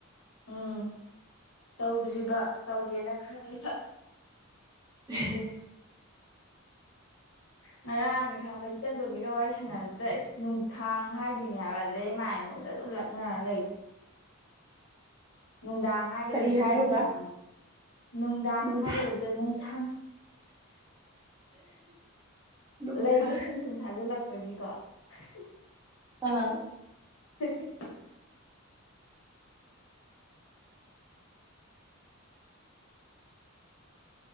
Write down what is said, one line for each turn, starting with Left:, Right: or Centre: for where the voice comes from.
Left: ꯎꯝ ꯇꯧꯗ꯭ꯔꯤꯕ ꯇꯧꯒꯦꯅ ꯈꯟꯕ
Right: ꯑꯍꯦ
Left: ꯉꯔꯥꯡꯅꯦ ꯈꯪꯕ ꯢꯆꯟꯗꯣꯝꯕꯤꯒ ꯋꯥꯔꯤ ꯁꯥꯟꯅꯕꯁꯤꯗ ꯏꯁꯁ ꯅꯨꯡꯊꯥꯡ ꯍꯥꯏꯗꯣꯏꯅꯦ ꯍꯥꯏꯕ ꯑꯗꯨꯗꯩꯃꯅ ꯑꯩꯉꯣꯟꯗ ꯑꯗꯨꯝ ꯂꯛꯅꯔ ꯂꯩ ꯅꯨꯡꯗꯥꯡ ꯍꯥꯏꯒꯗꯕꯗꯨ
Right: ꯀꯔꯤ ꯍꯥꯏꯔꯨꯕ
Left: ꯅꯨꯡꯊꯥꯡ ꯅꯨꯡꯗꯥꯡ
Right: ꯅꯨꯡꯊꯥ
Left: ꯍꯥꯏꯒꯗꯕꯗ ꯅꯨꯡꯊꯥꯡ
Right: ꯅꯨꯡꯊꯥ
Left: ꯂꯩꯗꯣ ꯁꯨꯝ ꯁꯨꯝ ꯊꯥꯖꯜꯂꯛ ꯑꯣꯢꯕꯤꯄꯥ ꯎꯡ
Right: ꯑꯥ
Left: ꯍ ꯍꯦ